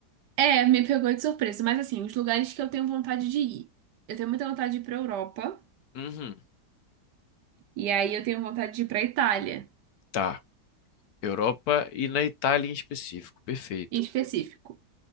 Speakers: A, on the right; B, on the left.
A: É, me pegou de surpresa, mas assim, os lugares que eu tenho vontade de ir. Eu tenho muita vontade de ir pra Europa,
B: Uhum,
A: e aí eu tenho vontade de ir pra Itália,
B: tá. Europa e na Itália em específico. Perfeito.
A: em específico.